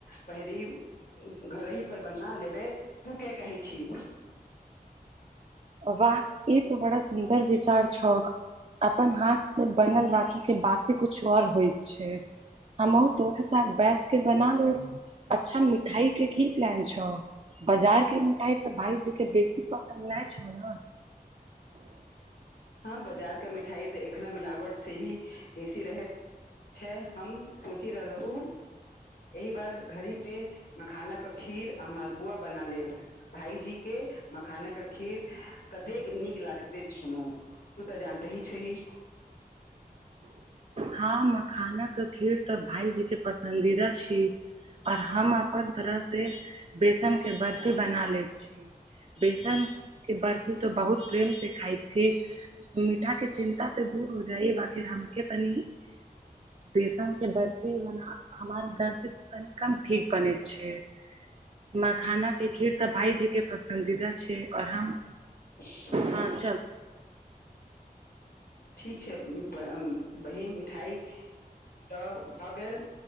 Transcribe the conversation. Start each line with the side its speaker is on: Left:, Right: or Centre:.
Left: पहरी। घर ही पर बना लेबै तु कऽ कहै छीही।
Right: वाह ई तऽ बड़ा सुन्दर विचार छैय। अपन हाथ से बनल राखी के बाते कुछ और होय छैय। हमहो तोड़े साथ बेस के बना लेब। अच्छा मिठाई के कि प्लान छौह। बाजार के मिठाई त भाईजी के बेसी पसन्द नहि छौ नै।
Left: ह बाजार के मिठाई तऽ एखना मिलावट से ही बेसी रहैत। छैय हम सोचि रहलहु। एहि बार घड़ी के मखाना के खीर आ मालपुआ बना लेब भाईजी के मखान कऽ के खीर कतेक नीक लागते सुनु। तू तऽ जानते ही छैही।
Right: ह मखाना के खीर तऽ भाईजी के पसन्द दीदा छी। और हम अपन तरह सँ बेसन के बर्फी बना लेब। बेसन। के बर्फी तो बहुत प्रेम से खाय छी मीठा के चिन्ता ते दूर हो जाई बात। फिर हम क तनी बेसन के बर्फी बना हमरा घर के तनी कम। ठीक बने छैय मखाना के खीर तऽ भाईजी के पसन्दी दऽ छै और हम।
Left: <unintelligible>
Right: हा चल।
Left: ठीक छै बहिन मिठाइ तऽ भऽ गेल।